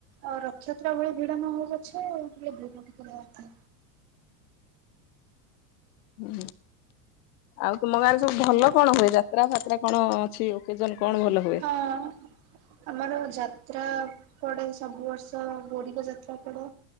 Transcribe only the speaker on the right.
ଆଉ ରଥଯାତ୍ରା ଭଳି ଭିଡ ମହବ ଅଛ ହେଲେ ଭିଡ଼ ଟିକେ ଅଥା
ହଁ। ଆମର ଯାତ୍ରା ପଡେ ସବୁ ବର୍ଷ ବୋରିକ ଯାତ୍ରା ପଡେ।